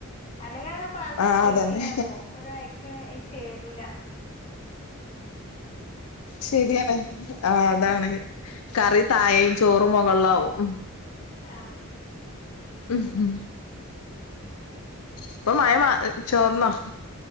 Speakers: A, on the left (about 30°); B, on the left (about 80°).
A: അല്ലെകിങ്ങനെ പറഞ്ഞന്നാ
B: ആഹ്
A: ഓയ്‌കി
B: അതന്നെ
A: ഇങ്ങനെ പോകും ഒരാക്ക് അയി ചേരൂല്ലാ
B: ശരിയാണ് ആ അതാണ്
A: ഉം
B: കറി തായയും ചോറും മുകളിലവും
A: ആ
B: ഉ ഉം ഇപ്പൊ മായ മാ ചോർന്നോ